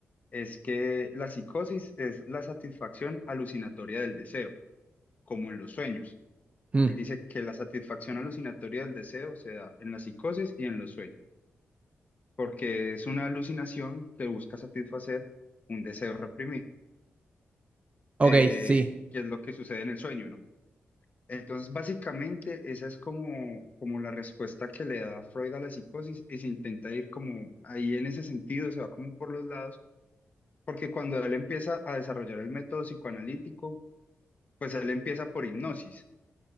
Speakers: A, on the left; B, on the right.
A: es que la psicosis es la satisfacción alucinatoria del deseo, como en los sueños.
B: mm,
A: Él dice que la satisfacción alucinatoria del deseo se da en la psicosis y en los sueños, porque es una alucinación que busca satisfacer un deseo reprimido,
B: ok,
A: eh,
B: sí,
A: que es lo que sucede en el sueño, ¿no? Entonces, básicamente, esa es como, como la respuesta que le da Freud a la psicosis y se intenta ir como ahí en ese sentido, se va como por los lados, porque cuando él empieza a desarrollar el método psicoanalítico, pues él empieza por hipnosis